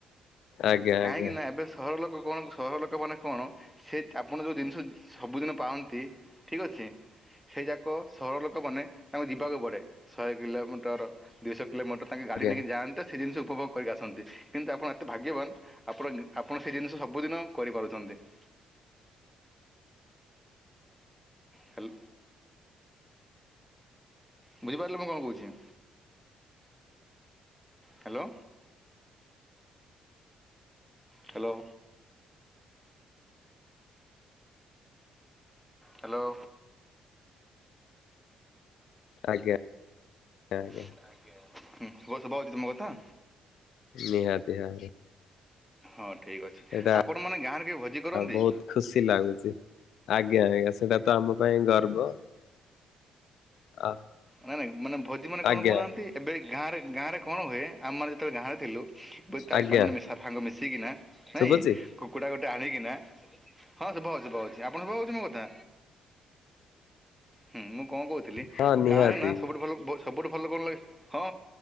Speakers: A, on the left; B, in the centre.
A: ଆଜ୍ଞା
B: କାହିଁକି
A: ଆଜ୍ଞା
B: ନା ଏବେ ସରଳ ଲୋକ କଣ ସରଳ ଲୋକ ମାନେ କଣ? ସେ ଆପଣ ଯୋଉ ଜିନିଷ ସବୁଦିନେ ପାଳନ୍ତି, ଠିକ୍ ଅଛି ସେ ସେଇ ଯାକ ସହର ଲୋକମାନେ ତାଙ୍କୁ ଯିବାକୁ ପଡେ। ଶହେ କିଲୋମିଟର ଦୁଇଶହ କିଲୋମିଟର ତାଙ୍କେ
A: ଆଜ୍ଞା
B: ଗାଡ଼ି ନେଇକି ଯାଆନ୍ତେ ସେ ଜିନିଷ ଉପଭୋଗ କରିକି ଆସନ୍ତି, କିନ୍ତୁ ଆପଣ ଏତେ ଭାଗ୍ୟବାନ ଆପଣ ଆପଣ ସେ ଜିନିଷ ସବୁଦିନ କରିପାରୁଛନ୍ତି। <inaudible> ହ୍ୟାଲ। ବୁଝିପାରିଲେ ମୁଁ କଣ କହୁଛି? ହ୍ୟାଲୋ। ହ୍ୟାଲୋ। ହ୍ୟାଲୋ।
A: ଆଜ୍ଞା। ଆଜ୍ଞା
B: ହୁଁ କୁହ ଶୁଭାଯାଉଛି ତ ମୋ କଥା?
A: ନିହାତି ଭାବରେ।
B: ହଁ ଠିକ ଅଛି
A: ଏଇଟା
B: ଆପଣ ମାନେ ଗାଁରେ କେହି ଭୋଜି କରନ୍ତି?
A: ବହୁତ ଖୁସି ଲାଗୁଛି ଆଜ୍ଞା -ଆଜ୍ଞା ସେଇଟା ତ ଆମ ପାଇଁ ଗର୍ବ। ଆ
B: ନାଇ ନାଇଁ ମାନେ ଭୋଜି ମାନେ କଣ
A: ଆଜ୍ଞା
B: କହୁନାହାନ୍ତି? ଏବେ ଗାଁ ରେ ଗାଁରେ କଣ ହୁଏ ଆମେ ମାନେ ଯେତେବେଳେ ଗାଁରେ ଥିଲୁ ଚାରି
A: ଆଜ୍ଞା
B: ପାଞ୍ଚ ଜଣ ମିଶା ସାଙ୍ଗ ମିଶିକିନା ନାଇଁ
A: ଶୁଭୁଛି
B: କୁକୁଡ଼ା ଗୋଟେ ଆଣିକି ନା ହଁ ଶୁଭା ହଉଛି ଶୁଭା ହଉଛି ଆପଣଙ୍କୁ ଶୁଭା ହଉଛି ମୋ କଥା? ହୁଁ ମୁଁ କଣ କହୁଥିଲି
A: ହଁ ନିହାତି
B: ଗାଁ ରେ ନା ସବୁଠୁ ଭଲ ସବୁଠୁ ଭଲ ଭଲ ଲାଗେ ହଁ।